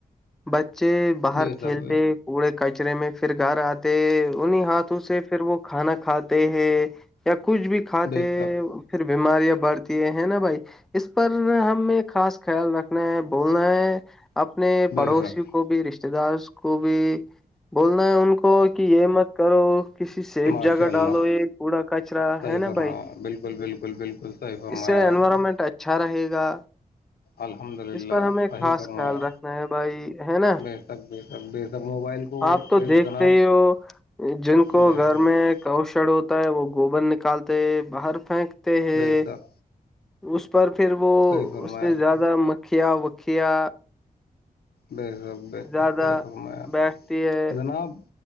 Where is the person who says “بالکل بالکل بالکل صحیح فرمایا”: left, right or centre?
Left